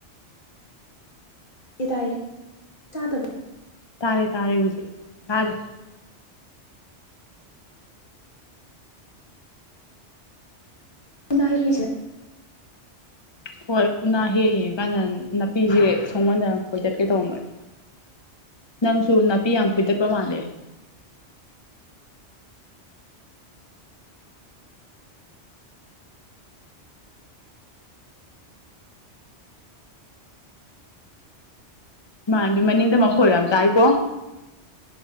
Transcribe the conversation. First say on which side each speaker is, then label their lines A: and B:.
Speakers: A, on the left (about 45°); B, on the left (about 25°).
A: ꯗꯤ ꯇꯥꯏꯌꯦ ꯆꯥꯗꯕ
B: ꯇꯥꯔꯦ ꯇꯥꯔꯦ ꯍꯧꯖꯤꯛ ꯇꯥꯔꯦ
A: <unintelligible>
B: ꯍꯣꯏ ꯎꯅꯥ ꯍꯦꯛꯏꯌꯦ ꯀꯟꯅ ꯅꯥꯄꯤꯁꯦ ꯁꯣꯡꯃꯟꯗꯅ ꯐꯣꯏ ꯗꯠꯀꯦ ꯇꯧꯔꯝꯕꯅꯦ ꯅꯪꯁꯨ ꯅꯥꯄꯤ ꯌꯥꯝ ꯐꯣꯏꯗꯠꯄ ꯃꯥꯜꯂꯦ ꯃꯥꯥꯟꯕꯤ ꯃꯅꯤꯡꯗ ꯃꯈꯣꯜ ꯌꯥꯝ ꯇꯥꯏꯀꯣ